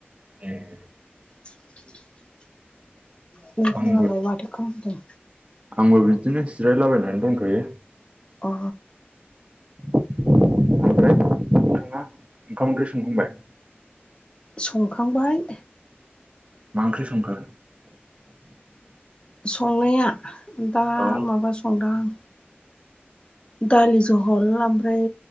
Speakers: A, on the right; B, on the left.
A: ए
B: <inaudible> नोंथाङालाय
A: आंबो
B: माथो खालामदों
A: आंबो बिदिनो जिरायलाबायनानै दंथ'यो
B: अ
A: ओमफ्राय नोंथाङा ओंखाम ओंख्रि संखांबाय
B: संखांबाय
A: मा ओंख्रि संखो
B: संनाया दा
A: औ
B: माबा संदों आं दालि जहल ओमफ्राय